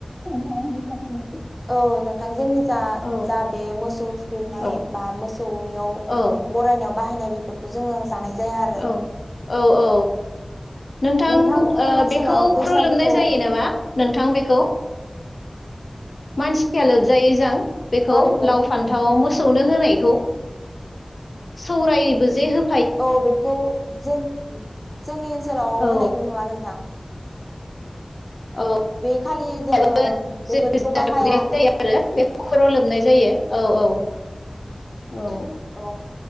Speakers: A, in the centre; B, on the left (about 70°).
A: <unintelligible> औ नोंथां जोंनि जा
B: औ
A: जा बे मोसौ थुखैनाय
B: औ
A: बा मोसौनियाव
B: औ
A: बरायना <unintelligible> बाहायनाय बेफोरखौ जोङो जानाय जाया आरो
B: औ औ औ नोंथां
A: नोंथांमोननि ओनसोलाव
B: बेखौ
A: बैसागुखौ
B: ख्रुलोबनाय जायो नामा नोंथां बेखौ मानसिया लोबजायो जायो जों बेखौ
A: माबेखौ
B: लाव फान्थाव मोसौनो होनायखौ सौरायबो जे हो
A: औ बेखौ जों उम जोंनि ओनसोलाव
B: औ
A: होनायखौ नुवा नोंथां
B: औ
A: बे खालि जोङो
B: दुगैनाय
A: बेफोरखौ बाहाया
B: जायो आरो बेफोरखौ खर' लोबनाय जायो औ औ औ
A: अ